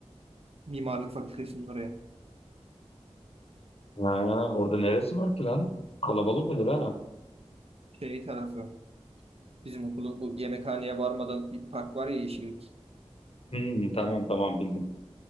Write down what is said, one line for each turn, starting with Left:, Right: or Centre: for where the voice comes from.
Right: Mimarlık Fakültesi'nin oraya.
Left: Ha, orada neresi var ki lan? Kalabalık olur ha.
Right: Şey tarafı. Bizim okulun bu yemekhaneye varmadan bir park var ya yeşillik.
Left: Hmm, tamam tamam bildim.